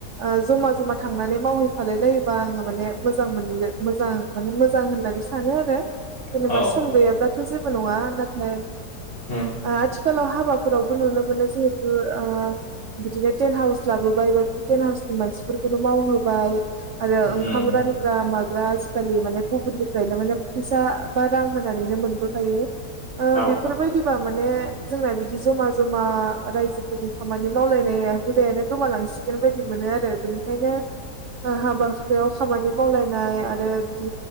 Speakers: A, on the right; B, on the left.
A: ओ जमा जमा थांनानै मावहै फालायलायोबा आङो माने मोजां मोनगोन मोजां माने मोजां होननानै सानो आरो जेनेबा
B: औ
A: सम गैयाब्लाथ' जेबो नङा नाथाय
B: उम
A: आ आथिखालाव हाबा रावबो नुनो मोनो जिहेथु ओ बिदिनो थेन हाउस लाबो बे थेन हाउसनि मानसिफोरखौनो मावहोबाय आरो
B: उम
A: ओंखाम रानग्रा माय रा आजिखालि माने गुबुननिफ्रायनो माने फैसा बा रां होनानैनो मोनबो आयो ओ
B: औ
A: बेफोरबायदिबा माने जोंना बिदि जमा जमा रायजोफोरनि खामानि मावलायनाया हुदायानो गोमालां सिगोन बायदि मोनो आरो बेनिखायनो ओ हाबा हुखायाव खामानि मावलायनाय आरो बिदि